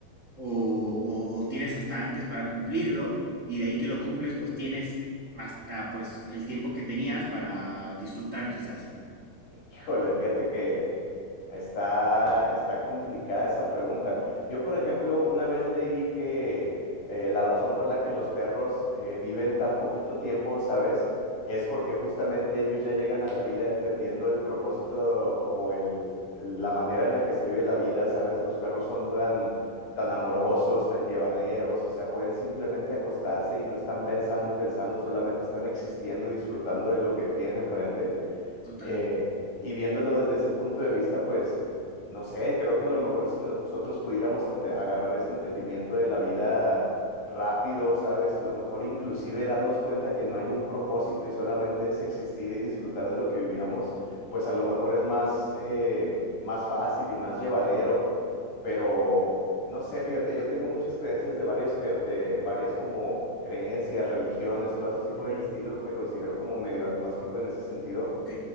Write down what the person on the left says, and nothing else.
Híjole, fíjate que está, está complicada esa pregunta. Yo, por ejemplo, una vez leí que eh, la razón por la que los perros eh, viven tan poquito tiempo, ¿sabes? Es porque justamente ellos ya llegan a la vida entendiendo el propósito o el, la manera en la que se vive la vida, ¿sabes? Los perros son tan, tan amorosos, tan llevaderos, o sea, pueden simplemente acostarse y no están pensando y pensando, solamente están existiendo y disfrutando de lo que tienen enfrente.
Eh, y viéndolo desde ese punto de vista, pues, no sé, creo que a lo mejor si nosotros pudiéramos ente- agarrar ese entendimiento de la vida rápido, ¿sabes? A lo mejor inclusive darnos cuenta que no hay un propósito y solamente es existir y disfrutar de lo que vivíamos, pues a lo mejor es más, eh, más fácil y más llevadero. Pero, no sé, fíjate, yo tengo muchas creencias de varios te- de varias como creencias, religiones, cosas así por
el estilo. Me considero como medio agnóstico en ese sentido.